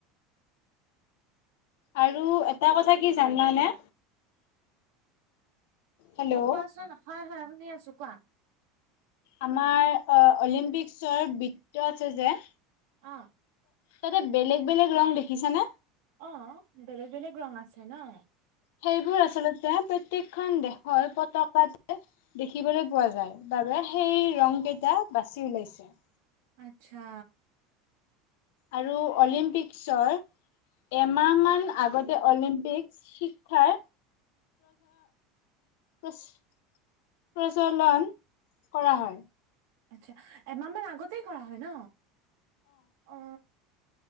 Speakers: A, on the left; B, on the right.
A: আৰু এটা কথা কি জানানে। হেল্ল'
B: কোৱাচোন হয় হয় শুনি আছোঁ। ছোঁ কোৱা।
A: আমাৰ অ অলিম্পিকচৰ বৃত্ত আছে যে।
B: অ
A: তাতে বেলেগ বেলেগ ৰং দেখিছানে
B: অ বেলেগ বেলেগ ৰং আছে নহ।
A: সেইবোৰ আচলতে প্ৰত্যেকখন দেশৰ পতকাত। দেখিবলৈ পোৱা যায় বাবে সেই ৰং কেইটা বাছি ওলাইছে। <inaudible>
B: আচ্ছা।
A: আৰু অলিম। পিকচৰ। এমাহ মাহ আগতে অলিম্পিক শিক্ষাৰ প্ৰজলন কৰা হয়
B: আচ্ছা এমাহ মান আগতেই কৰা হয় ন অ